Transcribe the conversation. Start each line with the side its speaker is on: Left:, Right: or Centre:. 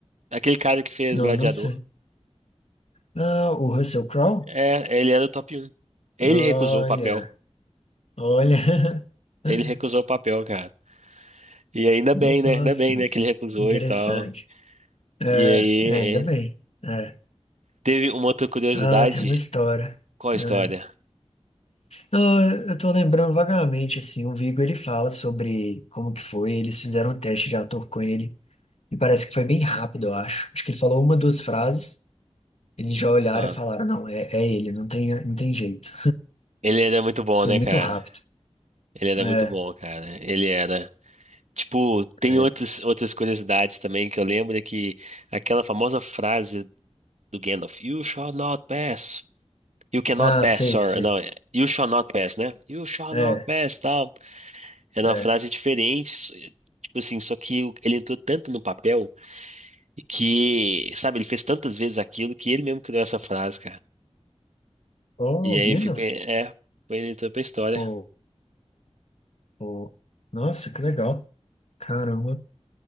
Right: Aquele cara que fez
Left: Não,
Right: Gladiador.
Left: não sei. Ah, o Russell Crowe?
Right: É, ele era o top um. Ele
Left: Olha,
Right: recusou o papel.
Left: olha.
Right: Ele
Left: <laughs>
Right: recusou o papel, cara. E ainda bem,
Left: Nossa,
Right: né? Ainda bem, né, que ele recusou
Left: interessante.
Right: e tal.
Left: É,
Right: E aí,
Left: é, ainda bem. É.
Right: Teve uma outra curiosidade.
Left: Ah, tem uma história.
Right: Qual a
Left: É.
Right: história?
Left: Não, eu eu tô lembrando vagamente, assim, o Viggo, ele fala sobre como que foi, eles fizeram um teste de ator com ele, e parece que foi bem rápido, eu acho. Acho que ele falou uma, duas frases, eles já olharam
Right: Ah,
Left: e falaram, não, é, é ele, não tem, não tem jeito.
Right: ele era muito bom,
Left: Foi
Right: né,
Left: muito
Right: cara?
Left: rápido.
Right: Ele era
Left: É,
Right: muito bom, cara. Ele era. Tipo, tem
Left: é.
Right: outras, outras curiosidades também que eu lembro é que aquela famosa frase do Gandalf, You shall not pass. You cannot
Left: Ah,
Right: pass,
Left: sei,
Right: sorry.
Left: sei.
Right: Não, é, you shall not pass, né? You shall
Left: É,
Right: not pass, tal. Era
Left: é.
Right: uma frase diferente. Tipo assim, só que o- ele entrou tanto no papel e que, sabe, ele fez tantas vezes aquilo que ele mesmo criou essa frase,
Left: Oh,
Right: E aí
Left: Gandalf.
Right: fica, é, foi ele entrou pra história.
Left: Oh, oh. Nossa, que legal. Caramba.